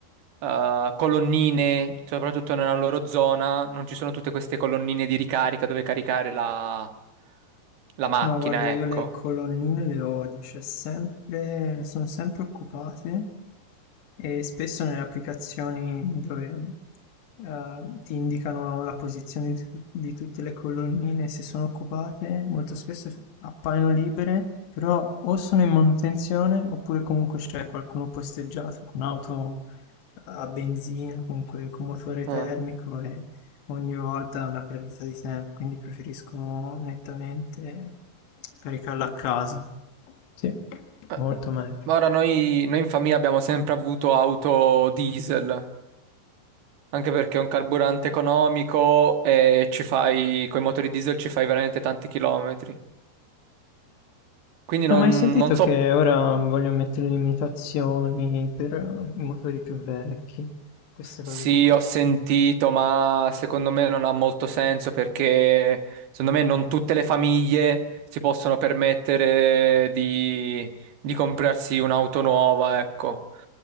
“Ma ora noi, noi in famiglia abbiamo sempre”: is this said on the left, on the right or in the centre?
Right